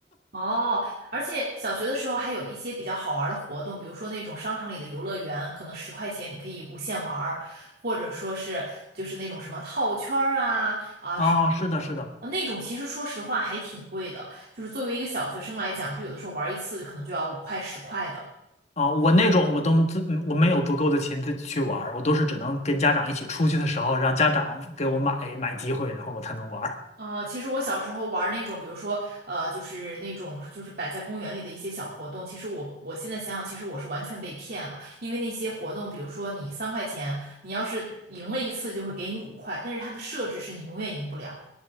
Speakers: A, on the right; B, on the left.
A: 哦，而且小学的时候还有一些比较好玩儿的活动，比如说那种商场里的游乐园，可能十块钱你可以无限玩儿，或者说是就是那种什么套圈儿啊啊什么那种，
B: <laughs> 啊，是的，是的。
A: 啊那种其实说实话还挺贵的，就是作为一个小学生来讲，就有的时候玩儿一次可能就要五块十块的。
B: 啊，我那种我都自嗯我没有足够的钱自己去玩儿我都是只能跟家长一起出去的时候，让家长给我买买机会，然后我才能玩儿
A: 呃，其实我小时候玩儿那种，比如说，呃，就是那种就是摆在公园里的一些小活动，其实我我现在想想，其实我是完全被骗了，因为那些活动，比如说你三块钱，你要是赢了一次就会给你五块，但是它的设置是你永远赢不了，